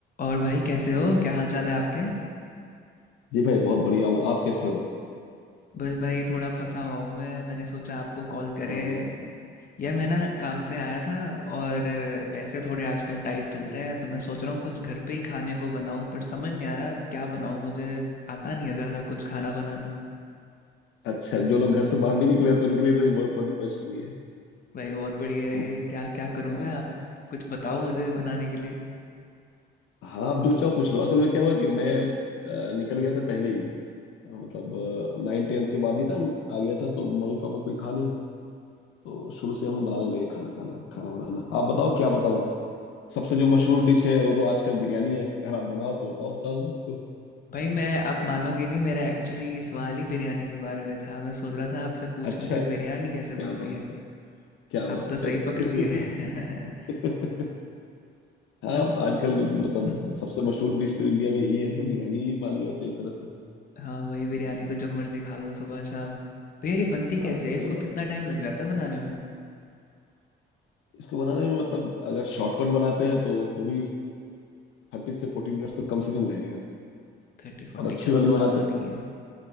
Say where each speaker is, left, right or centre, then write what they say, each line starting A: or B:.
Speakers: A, on the left; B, on the left.
A: और भाई कैसे हो क्या हाल चाल है आपके
B: जी भाई बहुत बढ़िया हूँ आप कैसे हो
A: बस भाई थोड़ा फंसा हुआ हूँ मैं मैंने सोचा आपको कॉल करें
B: क्या हो गया
A: यार मैं ना काम से आया था और पैसे थोड़े आजकल टाइट चल रहे हैं तो मैं सोच रहा हूँ कुछ घर पे ही खाने को बनाऊँ पर समझ नहीं आ रहा अब क्या बनाऊँ मुझे आता नहीं है ज़्यादा कुछ खाना बनाना
B: अच्छा जो लोग घर से बाहर नहीं निकले हैं, तो उनके लिए तो ये बहुत बड़ी परेशानी है
A: भाई बहुत बढ़िया है
B: हम
A: ये क्या क्या करूँ
B: आ,
A: मैं आप कुछ बताओ मुझे बनाने के लिए
B: हाँ आप जो चाहो पूछ लो असल में क्या हुआ कि मैं आ, निकल गया था पहले ही आ, मतलब नाइन टेंथ के बाद ही ना आ गया था तो मम्मी पापा कोई था नहीं तो शुरू से हम लोग बनाने लगे खाना खाना खाना बनाना आप बताओ क्या बताऊँ सबसे जो मशहूर डिश है वो तो आजकल बिरयानी है अगर आप बनाओ तो बताओ बताओ उसको
A: भाई मैं आप मानोगे नहीं मेरा एक्चुअली सवाल ही बिरयानी के बारे में था मैं सोच रहा था आपसे पूछूं
B: अच्छा
A: कि
B: है
A: बिरयानी कैसे
B: क्या
A: बनती
B: बात
A: है
B: है क्या बात
A: आप तो सही
B: है
A: पकड़
B: <laughs>
A: लिए <laughs>
B: हाँ
A: तो
B: आजकल
A: उहुँ,
B: मतलब सबसे मशहूर डिश तो इंडिया में यही है बिरयानी ही मानी जाती है एक तरह से
A: हाँ, वही बिरयानी तो जब मर्ज़ी खा लो सुबह शाम। तो यार ये बनती
B: हाँ
A: कैसे
B: सही
A: है? इसको
B: बात
A: कितना
B: है
A: टाइम लग जाता है बनाने में?
B: इसको बनाने में मतलब अगर शॉर्टकट बनाते हैं तो तो भी थर्टी से फोर्टी मिनट्स तो कम से कम लगेगा
A: 30-40
B: और अच्छी
A: चलो
B: वाली
A: ज़्यादा
B: बनाते
A: नहीं है।